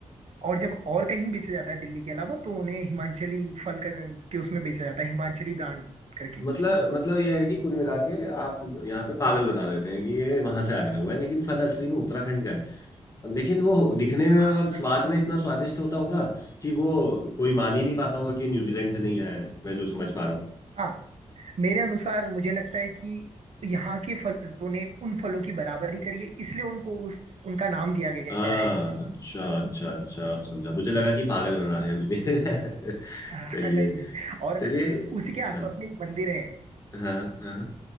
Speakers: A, on the right (about 65°); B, on the left (about 30°).
A: और जब और कहीं बेचा जाता है दिल्ली के अलावा तो उन्हें हिमाचली फल कर, के उसमें बेचा जाता है हिमाचली ब्रांड करके
B: मतलब मतलब ये है कि कुल मिला के आप यहाँ पे पागल बना देते हैं कि ये वहां से आया हुआ है लेकिन फल असली में उत्तराखंड का है लेकिन वो दिखने में
A: हाँ
B: और स्वाद में इतना स्वादिष्ट होता होगा कि वो कोई मान ही नहीं पाता होगा कि ये न्यूजीलैंड से नहीं आया है मैं जो समझ पा रहा हूँ
A: हाँ, मेरे अनुसार मुझे लगता है कि यहाँ के फलों ने उन फलों की बराबरी करी है इसलिए उनको उस उनका नाम दिया गया
B: हाँ
A: है
B: अच्छा अच्छा अच्छा आप समझा मुझे लगा कि पागल बना रहे हैं बिल्कुल।
A: हाँ,
B: <laughs> चलिए
A: नहीं नहीं और
B: चलिए
A: उसी के आसपास
B: हाँ
A: में एक मंदिर है
B: हाँ हाँ